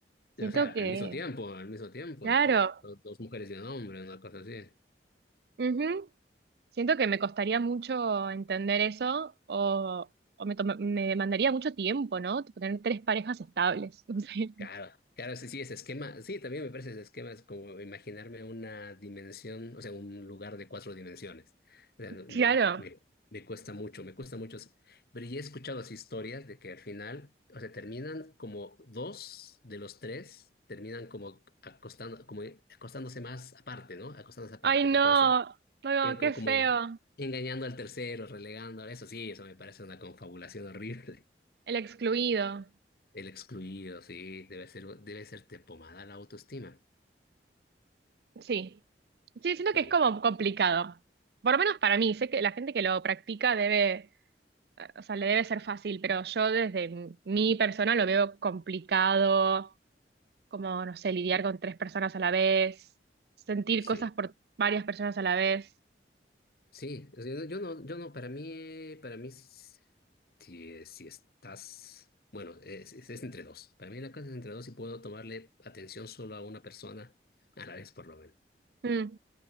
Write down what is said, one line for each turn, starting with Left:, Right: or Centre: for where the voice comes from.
Right: Siento
Left: O sea, al
Right: que,
Left: mismo tiempo, al mismo tiempo,
Right: claro,
Left: entre do- dos mujeres y un hombre, una cosa así.
Right: ujú, siento que me costaría mucho entender eso o, o me, toma- me demandaría mucho tiempo, ¿no? Tipo, tener tres parejas estables. <laughs> No sé.
Left: Claro, claro, sí, sí, ese esquema, sí, también me parece ese esquema, es como imaginarme una dimensión, o sea, un lugar de cuatro dimensiones. O sea, no- me,
Right: Claro.
Left: me- me cuesta mucho, me cuesta mucho. s- Pero ya he escuchado así historias de que al final, o sea, terminan como dos de los tres, terminan como acostando, como acostándose más aparte, ¿no? Acostándose aparte,
Right: Ay, no,
Left: porque no sé,
Right: no,
Left: y co-
Right: qué
Left: como
Right: feo.
Left: engañando al tercero, relegando, eso sí, eso me parece una confabulación horrible.
Right: El excluido.
Left: El excluido, sí, debe ser, debe serte pomada la autoestima.
Right: Sí. Sí, siento
Left: Sí,
Right: que es como complicado. Por lo menos para mí, sé que la gente que lo practica debe, eh, o sea, le debe ser fácil, pero yo desde m- mi persona lo veo complicado, como, no sé, lidiar con tres personas a la vez, sentir
Left: sí,
Right: cosas por varias personas a la vez.
Left: sí. o sea, Yo, yo no, yo no, para mí, para mí, si, si estás, bueno, es, es- es entre dos. Para mí la cosa es entre dos y puedo tomarle atención solo a una persona a la vez, por lo menos.
Right: Mm.